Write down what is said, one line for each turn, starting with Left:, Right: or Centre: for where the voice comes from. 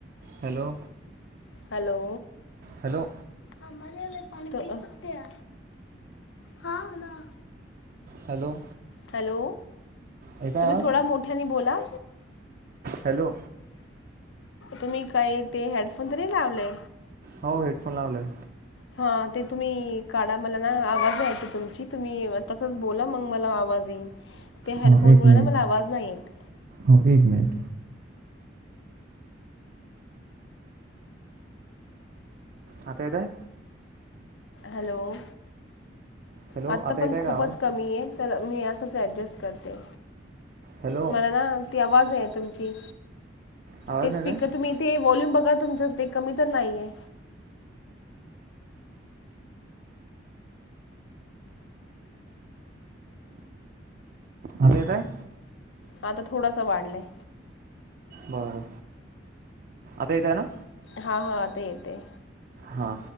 Right: Hello
Left: hello!
Right: हॅलो
Left: आमाला याला पाणी बी सुटत्या, हा ना.
Right: हॅलो!
Left: हॅलो!
Right: येत आहे
Left: तुम्ही
Right: आवाज
Left: थोडा मोठ्यानी बोला.
Right: हॅलो
Left: तुम्ही काय अ ते हेडफोन तरी लावले
Right: हो हेडफोन लावले.
Left: हा ते तुम्ही काढा मला ना आवाज येत तुमची तुम्ही, तसंच बोला मगं मला आवाज येईल. त्या हेडफोनमुळे
Right: हो एक मिनिट
Left: ना मला आवाज नाहीे येत.
Right: हो एक मिनिट. आता येतोय?
Left: हॅलो!
Right: हॅलो
Left: आता पण
Right: येत आहे
Left: खूपच
Right: का आवाज
Left: कमी ये. चला मी असंच ॲडजस्ट करते,
Right: हॅलो
Left: मला ना ती आवाज आहे तुमची
Right: आवाज
Left: ते स्पीकर
Right: नाही येत आहे
Left: तुम्ही ते वॉल्यूम बघा तुमचं ते कमी तर नाहीये?
Right: आता येतयं?
Left: आता थोडासा वाढलायं.
Right: बरं, आता येतयं नां?
Left: हां -हां आता येतेय.
Right: हां.